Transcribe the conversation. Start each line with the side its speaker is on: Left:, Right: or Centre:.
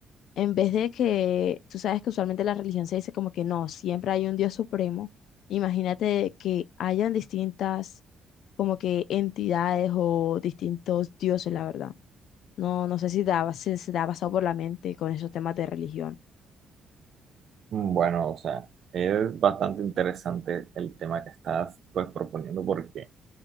Left: En vez de que, tú sabes que usualmente la religión se dice como que no, siempre hay un Dios supremo. Imagínate que hayan distintas como que entidades o distintos dioses, la verdad. No, no sé si daba, se, se te ha pasado por la mente con esos temas de religión.
Right: Mm, Bueno, o sea, es bastante interesante el tema que estás pues proponiendo porque